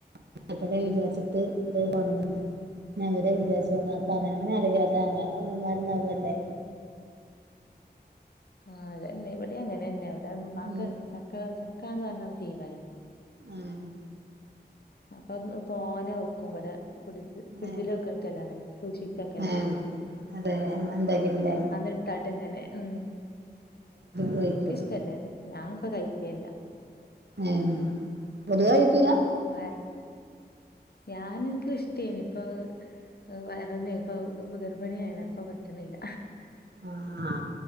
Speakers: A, on the right (about 80°); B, on the left (about 65°).
A: <unintelligible> വിചാര്ച്ചിട്ട കൊണ്ടന്നന്ന് ഞാൻ <unintelligible> വിചാരിച്ച് വന്ന അപ്പൊ അത് അങ്ങനെ ആലോയ്ക്ക
B: ഉം
A: <unintelligible> അമ്മമാരുണ്ടാവുവല്ലേ
B: ആ അതെന്നെ ഇവിടെ അങ്ങനന്നെ ഇവിടെ മക്ക്
A: ഉം
B: ചക്ക ചക്കന്ന് പറഞ്ഞ ജീവന
A: ഉം
B: അപ്പൊ പോനെ വെക്കും ഇവിടെ കു കുജിലക്കൊക്കെല്ലാണേ
A: ഏഹ്
B: സൂക്ഷിച്ചൊക്കെല്ല
A: ഏഹ് അതെ എന്താക്കിട്ടില്ലേ
B: എടുത്താട്ട് ഇങ്ങനെ ഉം
A: കഴിക്കും
B: എനക്ക്ഷ്ടല്ലേ ഞൻപ്പ കഴിക്കല്ല
A: ഉ പതിയ കഴിക്കൂല
B: വ ഞാന എനിക്കും ഇഷ്ടേന ഇപ്പൊ വയറന്നെ ഇപ്പൊ ഗർഭിണിയ ആയിണ അപ്പ പറ്റണില്ല
A: ആഹ ആ